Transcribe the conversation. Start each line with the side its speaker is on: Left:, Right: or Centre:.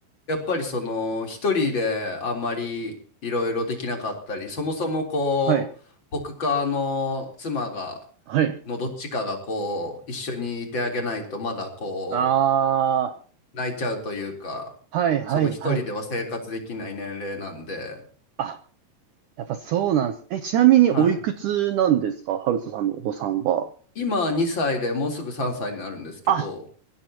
Left: やっぱりその、一人であんまりいろいろできなかったり、そもそもこう、
Right: はい、
Left: 僕かあの妻が、
Right: はい。
Left: のどっちかがこう、一緒にいてあげないと、まだこ
Right: あ
Left: う、泣いちゃうというか、
Right: あ、はい、はい、
Left: その一人では生活できない年齢なんで、
Right: はい。あ、やっぱそうなんです。え、ちなみにおいくつなんですかハルトさんのお子さんは。
Left: はい。今2歳でもうすぐ3歳になるんですけど、
Right: あ、